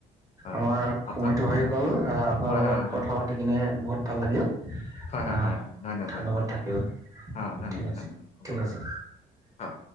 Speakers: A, on the left; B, on the right.
A: হয়
B: আমাৰ
A: আপোনাৰ
B: সময়টো হৈ
A: অ,
B: গ'ল আপোনাৰ
A: হয়
B: লগত
A: হয় হয়
B: কথা পাতি কিনে বহুত ভাল লাগিল।
A: হয় হয়
B: অ'
A: হয় হয়
B: ধন্যবাদ
A: বাৰু
B: থাকিল।
A: অ ধন্যবাদ
B: ঠিক আছে,
A: ধন্যবাদ হ'ব
B: ঠিক আছে।
A: হ'ব